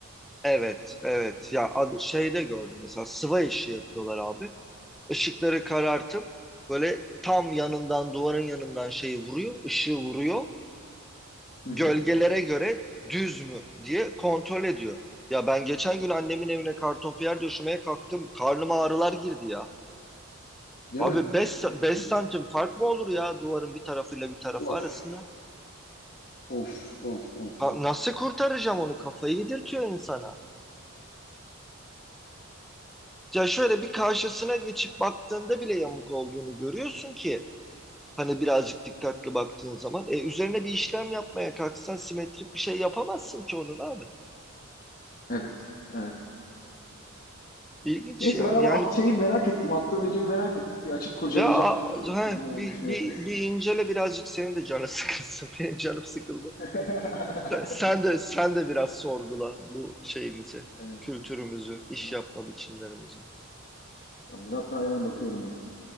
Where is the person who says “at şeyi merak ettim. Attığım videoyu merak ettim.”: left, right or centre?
Left